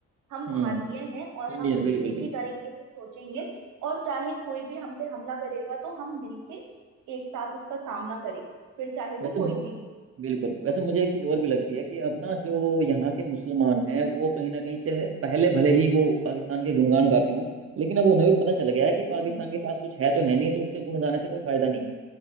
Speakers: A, on the right; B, on the right.
A: हम
B: हम्म
A: भारतीय हैं और
B: इंडियन
A: हम
B: बिल्कुल
A: एक
B: बिल्कुल
A: ही तरीके से सोचेंगे और चाहे कोई भी हम पे हमला करेगा तो हम मिलके एक साथ उसका सामना करेंगे फिर चाहे वो
B: वैसे
A: कोई
B: मु-
A: भी हो
B: बिल्कुल वैसे मुझे एक चीज और भी लगती है कि अब ना जो यहाँ के मुसलमान हैं वो कहीं ना कहीं चाहे पहले भले ही वो पाकिस्तान के गुणगान गाते हों लेकिन अब उन्हें भी पता चल गया है कि पाकिस्तान
A: हम्म।
B: के पास कुछ है तो है नहीं तो उसके गुण गाने से कोई फायदा नहीं है